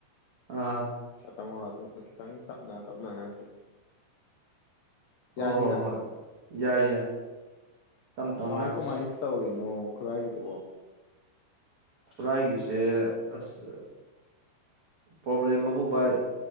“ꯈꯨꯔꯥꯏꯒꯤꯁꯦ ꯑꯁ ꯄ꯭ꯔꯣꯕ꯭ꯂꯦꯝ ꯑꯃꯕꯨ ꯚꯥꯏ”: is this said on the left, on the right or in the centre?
Right